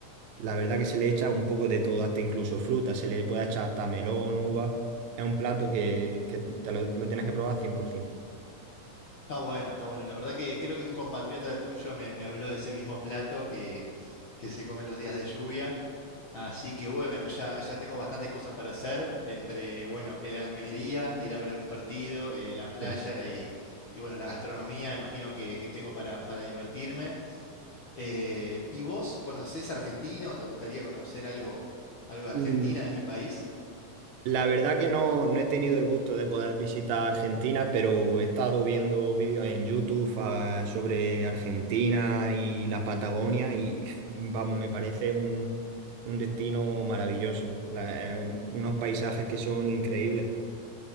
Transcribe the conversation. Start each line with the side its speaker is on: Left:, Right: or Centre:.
Right: la verdad que se le echa un poco de todo, hasta incluso fruta, se le puede echar hasta melón, uva. Es un plato que, que te lo, lo tienes que probar 100%.
Left: Está bueno, está bueno. La verdad que creo que un compatriota tuyo me, me habló de ese mismo plato que, que se come los días de lluvia. Así que bueno, ya, ya tengo bastantes cosas para hacer entre, bueno, el Almería, ir a ver algún partido, eh, la playa
Right: Mm.
Left: y, y, bueno, la gastronomía, imagino que, que tengo para, para divertirme. Eh, ¿y vos conocés Argentina o te gustaría conocer algo, algo de Argentina,
Right: Mm,
Left: de mi país?
Right: La verdad que no, no he tenido el gusto de poder visitar Argentina, pero he estado viendo vídeos en YouTube ah, sobre Argentina y la Patagonia y f- vamos, me parece un, un destino maravilloso. La- eh, un- unos paisajes que son increíbles.